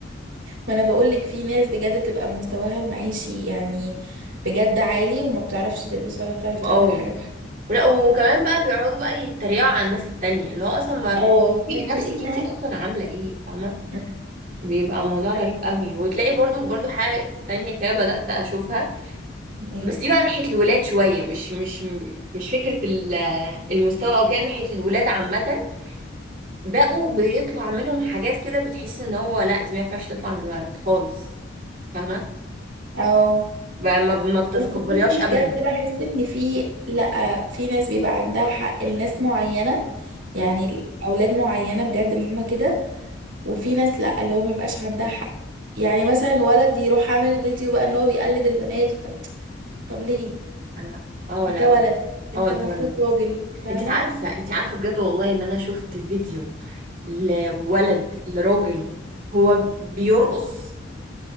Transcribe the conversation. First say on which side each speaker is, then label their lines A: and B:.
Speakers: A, on the right; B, on the right.
A: ما انا بقول لك في ناس بجد بتبقى مستواها المعيشي يعني بجد عالي وما بتعرفش تلبس ولا بتعرف تعمل
B: اه
A: حاجه في حاجه
B: لا وكمان بقى بيقعدوا بقى يتريقوا على الناس التانية اللي هو اصلا ما
A: اه
B: ما
A: لو
B: تشوفي
A: انتوا
B: نفسك
A: ايه
B: انت
A: ده
B: اصلا عامله ايه فاهمه
A: أمم.
B: بيبقى موضوع
A: ف-
B: غريب قوي وتلاقي برضو برضو حاجه تانية كده بدات اشوفها
A: ايه
B: بس دي بقى ناحية الولاد شوية مش مش مش فكرة ال- المستوى او كده ناحية الولاد عامة بقوا بيطلع منهم حاجات كده بتحس ان هو لا دي ما ينفعش تطلع من الولد خالص فاهمة
A: اه
B: بقى ما ما بتتقبليهاش
A: بس بصي
B: ابدا
A: بجد بحس ان في لا في ناس بيبقى عندها حق لناس معينه يعني
B: امم
A: اولاد معينه بجد ان هم كده وفي ناس لأ اللي هو مبيبقاش عندها حق يعني مثلا ولد يروح عامل فيديو بقى ان هو بيقلد البنات وبتاع طب ليه
B: لا اه
A: انت
B: لا
A: ولد
B: بت-
A: انت
B: اه انت
A: المفروض
B: ولد
A: راجل فاهمة
B: انت عارفة انت عارفة بجد والله ان انا شفت فيديو لولد لراجل هو بيرقص